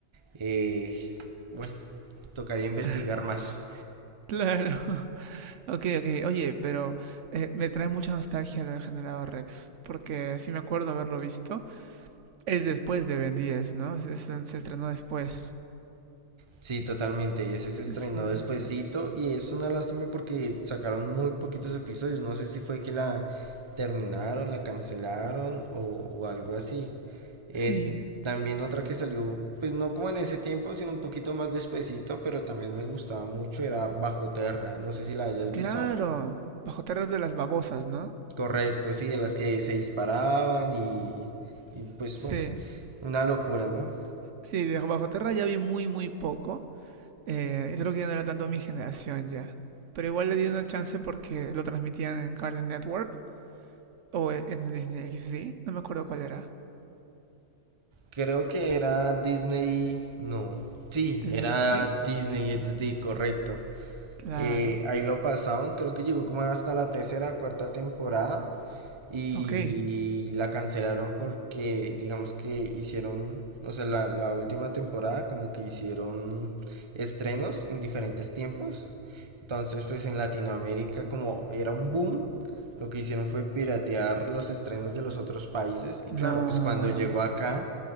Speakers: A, on the right (about 25°); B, on the right (about 80°).
A: Eh, bueno, tocaría investigar
B: <laughs>
A: más.
B: Claro. <laughs> Ok, ok. Oye, pero eh, me trae mucha nostalgia lo de Generador Rex. Porque sí me acuerdo haberlo visto. Es después de Ben 10, ¿no? Se, se- se estrenó después.
A: Sí, totalmente. Ese se estrenó
B: Sí,
A: despuesito
B: sí, sí.
A: y es una lástima porque sacaron muy poquitos episodios. No sé si fue que la terminaron, la cancelaron o, o algo así. Eh,
B: Sí,
A: también otra que salió, pues no como en ese tiempo, sino un poquito más despuesito, pero también me gustaba mucho, era Bajo Terra. No sé si la hayas
B: claro.
A: visto.
B: Bajo Tierras de las Babosas, ¿no?
A: Correcto, sí, de las que se disparaban y, y pues
B: Sí.
A: bueno, una locura, ¿no?
B: Sí, de Bajo Tierra ya vi muy, muy poco. Eh, creo que ya no era tanto mi generación ya. Pero igual le di una chance porque lo transmitían en Cartoon Network o e, en Disney XD. No me acuerdo cuál era.
A: Creo que era Disney, no. Sí,
B: ¿Disney
A: era
B: XD?
A: Disney XD, correcto.
B: Claro.
A: Eh, ahí lo pasaban, creo que llegó como hasta la tercera, cuarta temporada y
B: Ok.
A: la cancelaron porque digamos que hicieron, o sea, la, la última temporada como que hicieron estrenos en diferentes tiempos. Entonces, pues en Latinoamérica como era un boom, lo que hicieron fue piratear los estrenos de los otros países y
B: No.
A: claro, pues cuando llegó acá